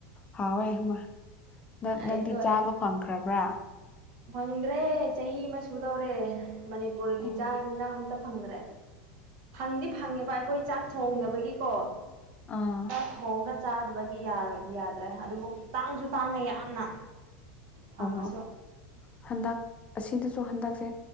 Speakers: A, on the left; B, on the right.
A: ꯍꯥꯎꯋꯏꯪꯃ
B: ꯑꯩꯈꯣꯏ
A: ꯅꯪꯗꯤ ꯆꯥꯕ ꯐꯪꯈ꯭ꯔꯕ꯭ꯔꯥ
B: ꯐꯪꯗ꯭ꯔꯦ ꯆꯍꯤ ꯑꯃ ꯁꯨꯗꯧꯔꯦ ꯃꯅꯤꯄꯨꯔꯒꯤ
A: ꯑꯣ
B: ꯆꯥꯛ ꯌꯦꯟꯁꯥꯡ ꯑꯝꯇ ꯐꯪꯗ꯭ꯔꯦ ꯐꯪꯗꯤ ꯐꯪꯉꯦꯕ ꯑꯩꯈꯣꯏ ꯆꯥꯛ ꯊꯣꯡꯗꯕꯒꯤꯀꯣ
A: ꯑꯥ
B: ꯇꯁ ꯍꯣꯡꯒ ꯆꯥꯗꯕꯒꯤ ꯌꯥꯗ꯭ꯔꯦ ꯑꯗꯨꯕꯨ ꯇꯥꯡꯁꯨ ꯇꯥꯡꯉꯦ ꯌꯥꯝꯅ ꯐꯉꯁꯨ
A: ꯑꯣꯍꯣ ꯍꯟꯗꯛ ꯑꯁꯤꯗꯁꯨ ꯍꯟꯗꯛꯁꯦ